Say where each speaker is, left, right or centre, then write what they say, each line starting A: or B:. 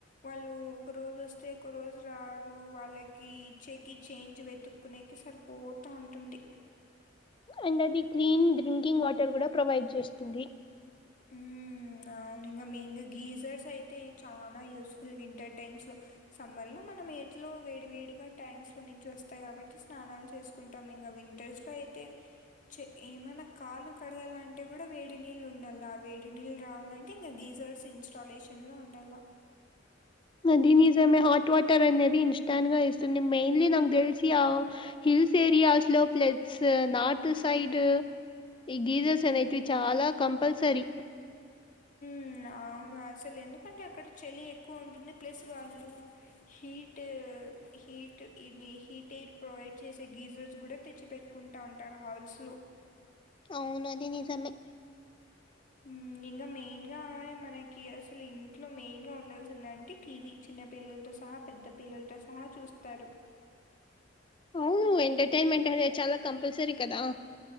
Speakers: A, on the left; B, on the left.
A: వాళ్ళు ఒక రోజస్తే ఒక రోజు రారు వాళ్ళకి ఇచ్చేకి చేంజ్ వెతు కునేకి సరిపోతా ఉంటుంది
B: అండ్ అది క్లీన్ డ్రింకింగ్ వాటర్ కూడా ప్రొవైడ్ జేస్తుంది
A: ఉమ్ అవునింగ మెయిన్గా గీజర్స్ అయితే చానా యూస్ఫుల్ వింటర్ టైమ్స్ లో సమ్మర్ లో మనం ఏట్లో వేడి వేడిగా ట్యాంక్స్ లో నుంచి వస్తాయి కాబట్టి స్నానాలు చేసు కుంటాం ఇంగ వింటర్స్ లో అయితే చె ఏమన్న కాల్లు కడగాలంటే కూడా వేడి నీళ్ళు ఉండాల్ల అ వేడి నీళ్ళు రావాలంటే ఇంకా గీజర్స్ ఇన్స్టాలేషన్ లో ఉండాల
B: అది నిజమే హాట్ వాటరనేది ఇన్స్టాంట్ గా ఇస్తుంది మెయిన్లీ నాకు తెలిసి ఆ హిల్స్ ఏరియాస్ లో ప్లడ్స్ నార్త్ సైడ్ ఈ గీజ సనేట్వి
A: హ్మ్
B: చాలా కంపల్సరి
A: హుమ్ అవును అసలెందుకంటే అక్కడ చలి ఎక్కువ ఉంటుంది ప్లస్ వాళ్ళు హీ ట్ హీట్ ఇది హీ టీర్ ప్రొవైడ్ చేసే గీజర్స్ కూడా తెచ్చి పెట్టుకుంటా ఉంటారు హాల్స్ లో
B: అవునది నిజమే
A: ఉమ్ ఇంగ మెయిన్గా మనకి అసలు ఇంట్లో మెయిన్గా ఉండాల్సిందంటే టీవి చిన్న పిల్లలతో సహా పెద్ద పిల్లలతో సహా చూస్తారు
B: అవును ఎంటర్టైన్మెంట్ అనేది చాలా కంపల్సరి కదా